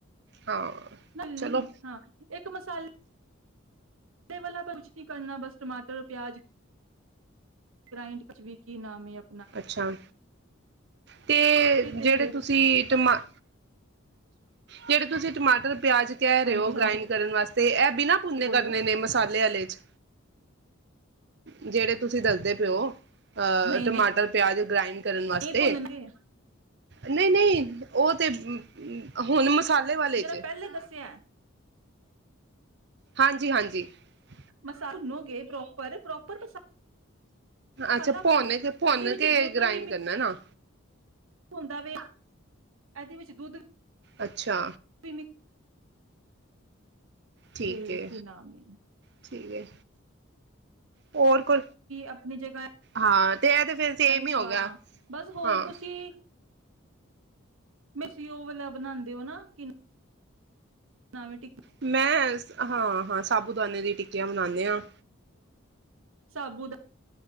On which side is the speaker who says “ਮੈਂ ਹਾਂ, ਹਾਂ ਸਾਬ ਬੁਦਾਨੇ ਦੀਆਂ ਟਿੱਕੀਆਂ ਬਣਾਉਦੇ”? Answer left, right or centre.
Right